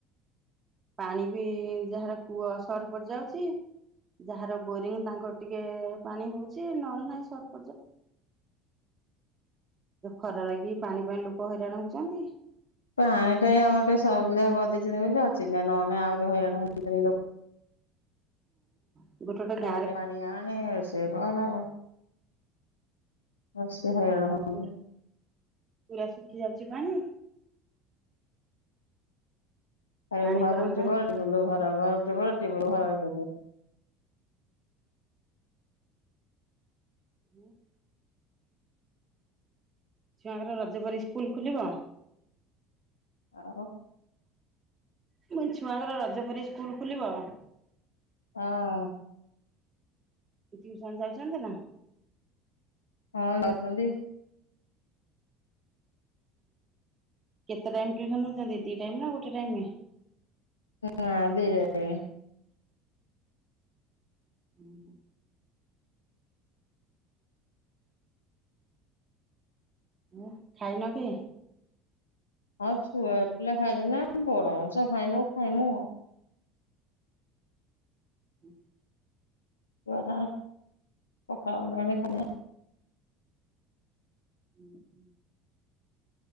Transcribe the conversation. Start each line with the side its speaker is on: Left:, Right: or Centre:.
Right: ପାଣି ବି ଯାହାର କୂଅ ସଟ ପଡି ଯାଉଛି ଯାହାର ବୋରିଂ ତାଙ୍କର ଟିକେ ପାଣି ହଉଛି ନହେଲେ ନାଁଇ ସ ଯା। ଖରା ଲାଗି ପାଣି ପାଇଁ ଲୋକ ହଇରାଣ ହଉଛନ୍ତି।
Left: ପାଣି ଟା ଏଇ ଆମର ଟିକେ ସୁବିଧା କରିଦେଇଛନ୍ତି ବୋଲି ଅଚିନ୍ତା। ନହେଲେ ଆହୁରି ହଇରାଣ। <unintelligible>
Right: ହଁ। ଗୋଟେ ଗୋଟେ
Left: ଖରାରେ
Right: ଗାଁରେ
Left: ପାଣି ଆଣେ ରୋଷେଇ କର ହସ୍ କେତେ ହଇରାଣ ହଉଛନ୍ତି।
Right: ଗୋଟେ ପୁରା ଶୁଖି ଯାଉଛି ପାଣି।
Left: ଖାଲି
Right: ପାଣି
Left: ଘରୁ
Right: ପାଉନାହାନ୍ତି
Left: ଟିବଲ୍ ଟିବଲ ରୁ ଘର୍। <unintelligible>
Right: <inaudible> ଛୁଆଙ୍କର ରଜ ପରେ ସ୍କୁଲ ଖୋଲିବ।
Left: ଆଉ
Right: ମୁଁ କହିଲି ଛୁଆଙ୍କର ରଜ ପରେ ସ୍କୁଲ ଖୋଲିବ।
Left: ହଁ।
Right: ଟିଉସନ ଯାଉଛନ୍ତି ନା।
Left: ହଁ ଯାଉଛନ୍ତି।
Right: କେତେ ଟାଇମ ଟିୟୁସନ୍ ହଉଛନ୍ତି? ଦି ଟାଇମ ନା ଗୋଟେ ଟାଇମ।
Left: ନାଁ ଦି ଟାଇମ।
Right: <inaudible> ଉଁ ଖାଇନ କି?
Left: ଆଉ ଛୁଆ ପିଲା ଖାଇଲେଣି ନା ବଡ ମଣିଷ ଖାଇନୁ ଖାଇନୁ।
Right: <inaudible>
Left: ଛୁଆ ତାଙ୍କର ପଖାଳ ଗଣ୍ଡେ ଗଣ୍ଡେ ଖାଇ
Right: ହୁଁ ହୁଁ।